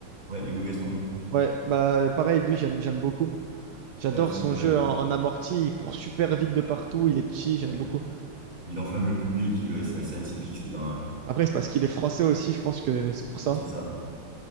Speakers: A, on the right; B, on the right.
A: Ouais, Hugo Gaston.
B: Ouais, bah pareil, lui, j'aime j'aime beaucoup. J'adore
A: Ouais, parce
B: son
A: qu'il
B: jeu
A: euh,
B: en, en amorti, il court super vite de partout, il est petit, j'aime
A: ouais.
B: beaucoup.
A: il enflamme le public. il- ouais, c'est assez atypique, c'est pas mal.
B: Après, c'est parce qu'il est français aussi, je pense que c'est pour ça.
A: Oui, c'est ça.